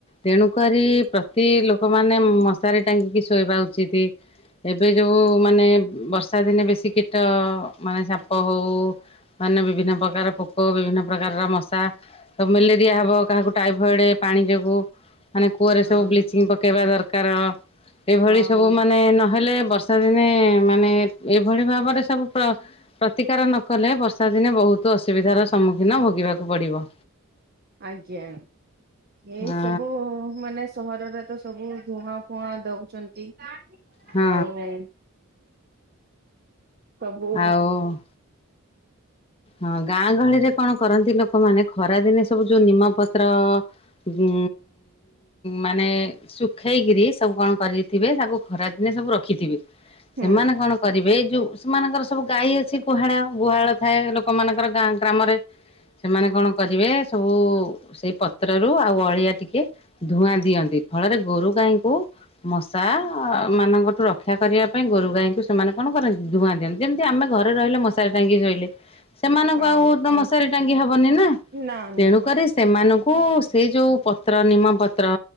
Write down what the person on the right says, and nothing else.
ହଁ
ହଁ
ଆଜ୍ଞା ଏ
ସବୁ ସବୁ ମାନେ ସହରରେ ତ ସବୁ ଧୂଆଁ ଫୁଆଁ ଦଉଚନ୍ତି।
ଆଉ ସବୁ
ହୁଁ
ହଁ
ନା
ନା